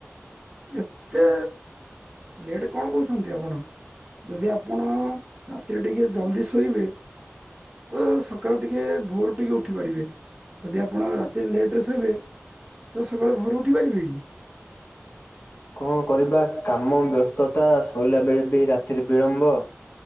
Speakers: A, on the right; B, on the left.
A: ଏତେ ଲେଟ୍ କଣ କରୁଛନ୍ତି ଆପଣ। ଯଦି ଆପଣ ରାତିରେ ଟିକେ ଜଲ୍ଦି ଶୋଇବେ। ତ ସକାଳୁ ଟିକେ ଭୋର ଟିକେ ଉଠି ପାଡିବେ। ଯଦି ଆପଣ ରାତିରେ ଲେଟ ରେ ଶୋଇବେ ତ ସକାଳଳୁଭୋରୁ ଉଠି ପାରିବେ କି।
B: କଣ କରିବା କାମ ବ୍ୟସ୍ତତା ଶୋଇଲା ବେଳେ ବି ରାତିରେ ବିଳମ୍ବ।